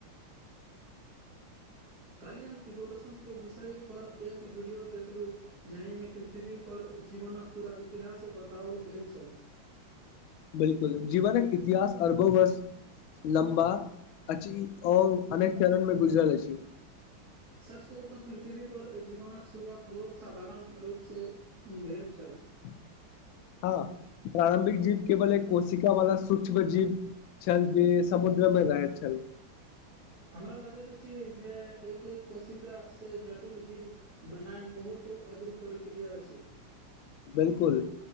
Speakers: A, on the left; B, on the right.
A: <inaudible>
B: काल्हि हम इवोल्यूशन के विषय पर एक वीडियो देखलु जहिमे पृथ्वी पर ची जीवनक पूरा इतिहास बताओल गेल छल
A: बिलकुल जीवनक इतिहास अरबो बर्ष लम्बा अछि आओर अनेक चरणमे गुजरल अछि
B: सच कहू तऽ पृथ्वी पर जीवनक शुरुआत बहुत साधारण रूपसँ भेल शील छल
A: <inaudible> हँ प्रारम्भिक जीव केवल एक कोशिका वाला सूक्ष्म जीव छल जे समुद्र मे रहैत छल
B: हमरा लगैत अछि जे एक-एक कोशिका से जटिल जीव बनायन बहुत अदृत प्रक्रिया छै
A: बिलकुल